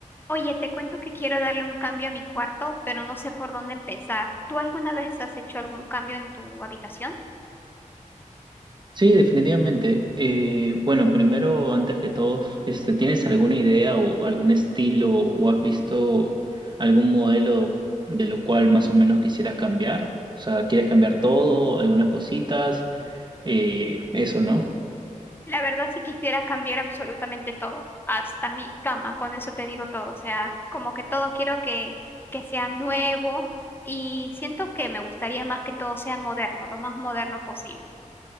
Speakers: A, on the left (about 15°); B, on the right (about 35°).
A: Oye, te cuento que quiero darle un cambio a mi cuarto, pero no sé por dónde empezar. ¿Tú alguna vez has hecho algún cambio en tu habitación?
B: Sí, definitivamente. Eh, bueno, primero, antes que todo, este, ¿tienes alguna idea o algún estilo o has visto algún modelo de lo cual más o menos quisieras cambiar? O sea, ¿quieres cambiar todo, algunas cositas? Eh, eso, ¿no?
A: La verdad, sí quisiera cambiar absolutamente todo, hasta mi cama, con eso te digo todo. O sea, como que todo quiero que, que sea nuevo y siento que me gustaría más que todo sea moderno, lo más moderno posible.